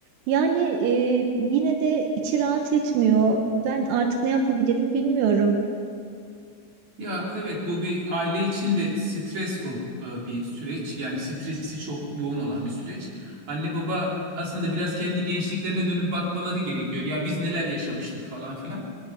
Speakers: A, on the right; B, on the right.
A: Yani e, yine de içi rahat etmiyor. Ben artık ne yapabilirim bilmiyorum.
B: Ya evet bu bir aile için de stressful e, bir süreç. Yani stresi çok yoğun olan bir süreç. Anne baba aslında biraz kendi gençliklerine dönüp bakmaları gerekiyor. Ya biz neler yaşamıştık falan filan.